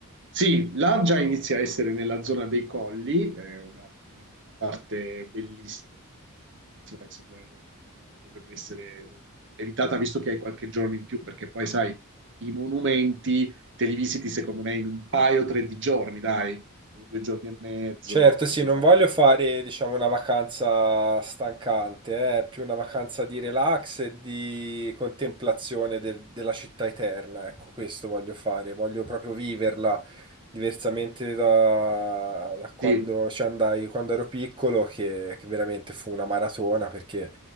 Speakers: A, on the right; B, on the right.
A: Sì, là già inizia a essere nella zona dei colli, è una eh, parte bellissima eh, secondo me non dovrebbe essere eh, evitata visto che hai qualche giorno in più, perché poi sai, i monumenti te li visiti secondo me in un paio o tre di giorni, dai, due giorni e mezzo
B: Certo, sì,
A: ti
B: non
A: fai
B: voglio
A: tu.
B: fare, diciamo, una vacanza stancante, eh, È più una vacanza di relax e di contemplazione del- della città eterna, ecco, questo voglio fare, voglio proprio viverla diversamente da, da quando
A: Sì.
B: ci andai, quando ero piccolo, che, che veramente fu una maratona perché